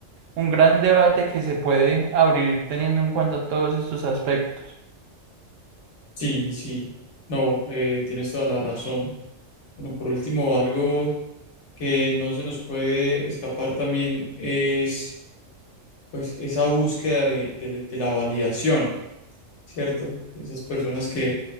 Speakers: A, on the right; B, on the left.
A: un gran debate que se puede abrir teniendo en cuenta todos estos aspectos.
B: Sí, sí. No, eh, tienes toda la razón. Bueno, por último, algo que no se nos puede escapar también es pues esa búsqueda de, de- de la validación. ¿cierto? Esas personas que